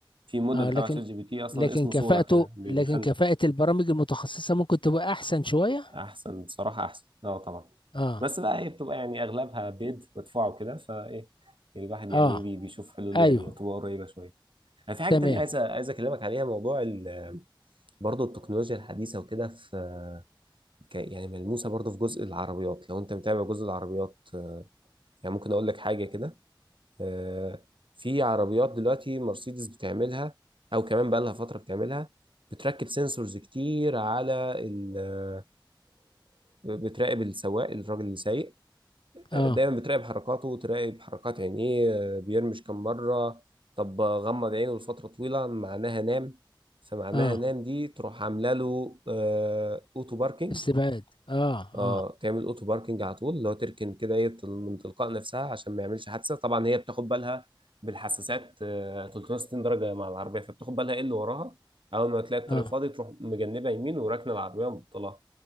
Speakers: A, on the right (about 80°); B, on the left (about 75°).
A: في موديل
B: اه لكن
A: تبع شات جي بي تي اصلا
B: لكن
A: اسمه
B: كفاءته
A: صورة كده بي-
B: لكن
A: بيخلق
B: كفاءة البرامج المتخصصة ممكن تبقى احسن شوية
A: احسن بصراحة احسن اه طبعا
B: اه
A: بس بقى هي بتبقى يعني اغلبها بيد مدفوع وكده فايه الواحد يعني
B: اه
A: بي- بيشوف حلول
B: ايوه
A: يعني تبقى قريبة شوية انا في حاجة
B: تمام
A: تانية عايز عايز اكلمك عليها موضوع ال- برضه التكنولوجيا الحديثة وكده في ك- يعني ملموسة برضه في جزء العربيات لو انت متابع جزء العربيات آه، يعني ممكن اقول لك حاجة كده آه، في عربيات دلوقتي مرسيدس بتعملها او كمان بقى لها فتره بتعملها بتركب سنسورز كتير على ال آه، بتراقب السواق الراجل اللي سايق آه،
B: اه
A: دايما بتراقب حركاته تراقب حركات عينيه آه، بيرمش كم مره طب غمض عينه لفتره طويله معناها نام فمعناها
B: اه
A: نام دي تروح عامله له اوتو باركينج
B: استبعاد اه
A: اه
B: اه
A: تعمل اوتو باركنج على طول لو تركن كده ايه تل- من تلقاء نفسها عشان ما يعملش حادثه طبعا هي بتاخد بالها بالحساسات آه، 360 درجه مع العربيه فبتاخد بالها ايه اللي وراها اول ما تلاقي الطريق
B: اه
A: فاضي تروح مجنبه يمين وراكنه العربيه ومبطلها